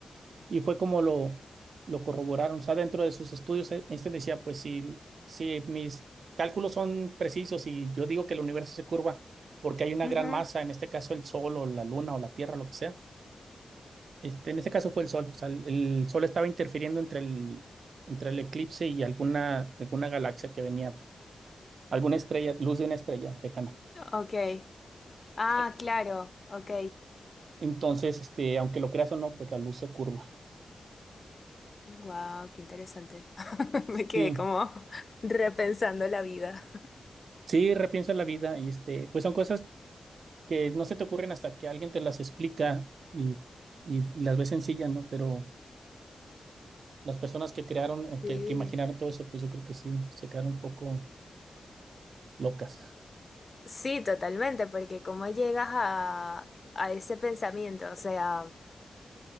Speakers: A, on the right; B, on the left.
A: Y fue como lo, lo corroboraron. O sea, dentro de sus estudios, eh, Einstein decía, pues si, si mis cálculos son precisos y yo digo que el universo se curva porque hay una
B: Ujú,
A: gran masa, en este caso el Sol o la Luna o la Tierra, lo que sea. Este, en este caso fue el Sol. O sea, el, el Sol estaba interfiriendo entre el, entre el eclipse y alguna, alguna galaxia que venía, alguna estrella, luz de una estrella lejana.
B: Ok. Ah,
A: Eh,
B: claro. Ok.
A: Entonces, este, aunque lo creas o no, pues la luz se curva.
B: Wow, qué interesante. <laughs> Me quedé
A: Sí,
B: como <laughs> repensando la vida.
A: sí, repiensa la vida y este, pues son cosas que no se te ocurren hasta que alguien te las explica y, y las ves sencillas, ¿no? Pero las personas que crearon o
B: Sí.
A: que, que imaginaron todo eso, pues yo creo que sí, se quedaron un poco locas.
B: Sí, totalmente, porque cómo llegas a, a ese pensamiento, o sea.